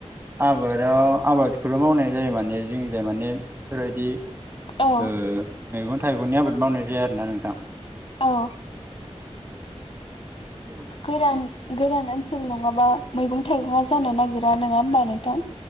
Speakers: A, on the right; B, on the left.
A: आबादाव आबादखौल' मावनाय जायो माने जोंनि जाय माने बेफोरबायदि
B: औ
A: ओ मैगं थाइगंनि आबाद मावनाय जाया आरोना नोंथां।
B: औ।
A: औ
B: गोरान- गोरान ओनसोल नङाबा मैगं- थाइगङा जानो नागिरा नङा होमबा नोंथां?